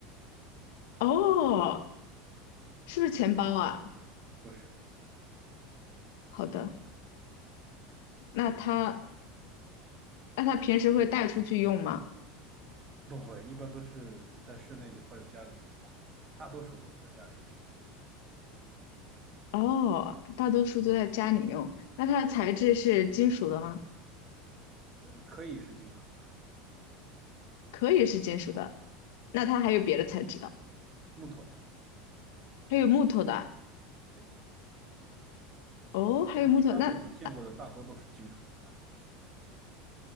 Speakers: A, on the left (about 70°); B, on the right (about 25°).
A: 哦，是不是钱包啊？
B: 不是，
A: 好的，那它那它平时会带出去用吗？
B: 不会，一般都是在室内或者家里用吧，大多数都在家里用。
A: 哦，大多数都在家里用。那它的材质是金属的吗？
B: 呃，可以是金属的、
A: 可以是金属的。那它还有别的材质的，
B: 木头的，
A: 还有木头的。
B: 对，
A: 哦，还有木头，
B: 但一般我们见过的大多都是金属的吧，
A: 那